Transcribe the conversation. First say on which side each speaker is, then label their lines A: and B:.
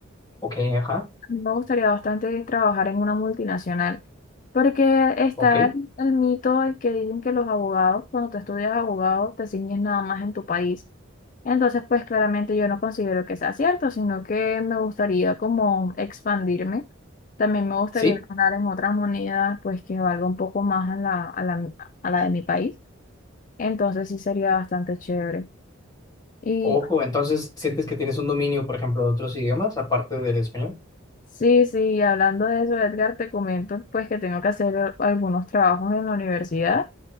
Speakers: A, on the left; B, on the left.
A: Ok, ajá,
B: Me gustaría bastante trabajar en una multinacional, porque está
A: ok,
B: el, el mito de que dicen que los abogados, cuando tú estudias abogado, te ciñes nada más en tu país. Entonces, pues claramente yo no considero que sea cierto, sino que me gustaría como expandirme. También me gustaría
A: sí.
B: ganar en otras monedas, pues que valga un poco más a la, a la, a la de mi país. Entonces, sí sería bastante chévere. Y
A: Ojo, entonces, ¿sientes que tienes un dominio, por ejemplo, de otros idiomas, aparte del español?
B: Sí, sí, y hablando de eso, Edgar, te comento pues que tengo que hacer a- algunos trabajos en la universidad.